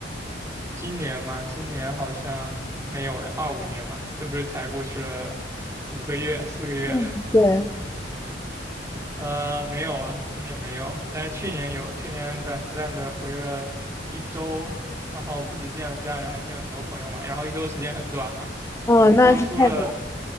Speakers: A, on the right; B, on the left.
A: 今年嘛，今年好像没有哎，二五年嘛，这不是才过去了五个月、四个月。
B: 嗯对。
A: 呃，没有啊，今年没有，但是去年有，去年短暂的回了一周，然后不止见了家人，还见了很多朋友嘛，然后一周时间很短嘛，
B: 哦，
A: 我播出了，
B: 那是太短